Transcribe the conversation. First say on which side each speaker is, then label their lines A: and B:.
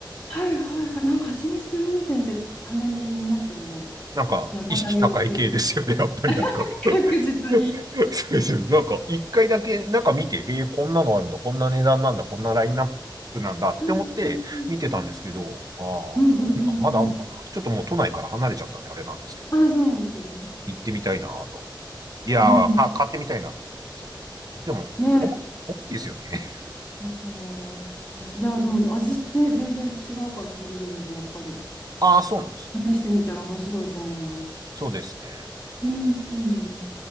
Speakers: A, on the left; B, on the right.
A: はいはいはい。なんか、蜂蜜専門店ってたまに見ますよね。
B: なんか、
A: 山田養鶏場。
B: 意識高い系ですよね、やっぱりなんか
A: 確実に。
B: <laughs> そうですよ。<laughs> なんか、一回だけ、なんか見て、えー、こんなのあるんだ、こんな値段なんだ、こんなラインナップなんだって思って見てたんですけど、
A: うんうんうん
B: ああ、
A: うんうん。
B: まだあるのかなちょっともう都内から離れちゃったんで、あれなんですけど。
A: ああ、そうなんですね。
B: 行ってみたいなと思って。いやー、
A: うん。
B: か、買ってみたいなと思って。そう。でも、
A: ね、
B: 重い、重いですよね。<laughs>
A: いいと思います。蜂蜜いや、でも味って全然違うから、それぞれでやっぱり。
B: ああ、そうなんです。
A: 試してみたら面白いと思います。
B: そうですね。
A: うん。うん